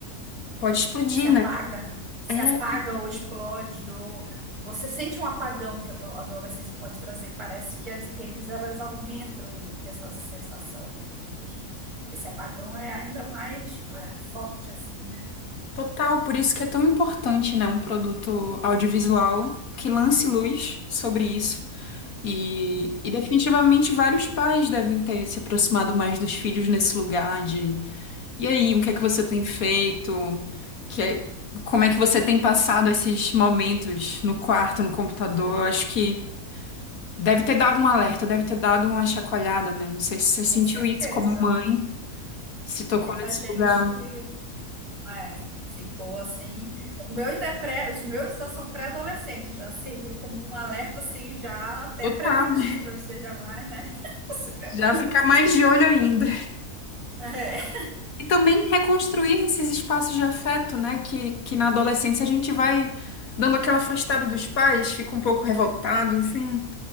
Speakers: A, on the left (about 65°); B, on the right (about 75°).
A: Pode explodir,
B: se apaga,
A: né?
B: se
A: É
B: apaga ou explode, ou você sente um apagão que a ado- a adolescência pode trazer. Parece que as redes elas aumentam essa sensação, né, de que esse apagão é ainda mais pá, forte assim, né?
A: total, por isso que é tão importante, né, um produto audiovisual que lance luz sobre isso. E, e definitivamente vários pais devem ter se aproximado mais dos filhos nesse lugar E aí, o que é que você tem feito? Que é- Como é que você tem passado esses momentos no quarto, no computador? Eu acho que deve ter dado um alerta, deve ter dado uma chacoalhada, né? Não sei se você sentiu
B: Com certeza.
A: isso como mãe, se
B: Muita
A: tocou nesse
B: gente
A: lugar.
B: é, ficou assim. O meu ainda é pré, os meus já são pré-adolescentes, já serviu como um alerta assim, já até
A: Total,
B: preventivo,
A: né?
B: você já vai, né? <laughs> Se preparando.
A: Já fica mais de olho ainda.
B: É.
A: E também reconstruir esses espaços de afeto, né? Que, que na adolescência a gente vai dando aquela afastada dos pais, fica um pouco revoltado, assim.